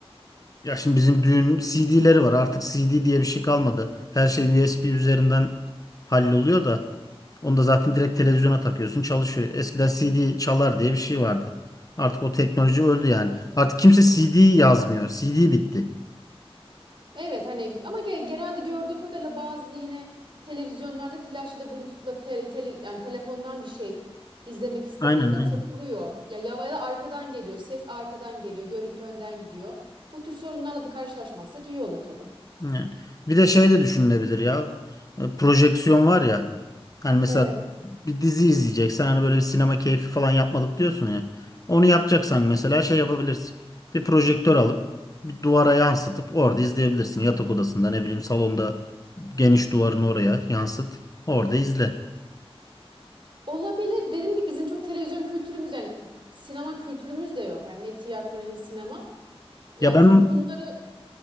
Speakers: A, on the left; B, on the right.
A: Ya şimdi bizim düğün CD'leri var. Artık CD diye bir şey kalmadı. Her şey USB üzerinden halloluyor da onu da zaten direkt televizyona takıyorsun, çalışıyor. Eskiden CD çalar diye bir şey vardı. Artık o teknoloji öldü yani. Artık kimse CD yazmıyor. CD bitti.
B: Evet hani ama ge- genelde gördüğüm kadarıyla bazı yine televizyonlarda flash ya da Bluetooth'la te- tele- yani telefondan bir şey izlemek istediğinde
A: Aynen aynen.
B: takılıyor. Ya, ya ya da arkadan geliyor. Ses arkadan geliyor. Görüntü önden gidiyor. Bu tür sorunlarla da karşılaşmazsak iyi olur tabii.
A: Yani. Bir de şey de düşünülebilir ya. E, Projeksiyon var ya. Hani mesela
B: Evet.
A: bir dizi izleyeceksen hani böyle bir sinema keyfi falan yapmadık diyorsun ya. Onu yapacaksan mesela şey yapabilirsin. Bir projektör alıp bir duvara yansıtıp orada izleyebilirsin. Yatak odasında ne bileyim salonda geniş duvarın oraya yansıt. Orada izle.
B: Olabilir. Dediğim gibi bizim çok televizyon kültürümüz yani sinema kültürümüz de yok. Hani ne tiyatro ne sinema. Yani
A: Ya ben
B: çok bunları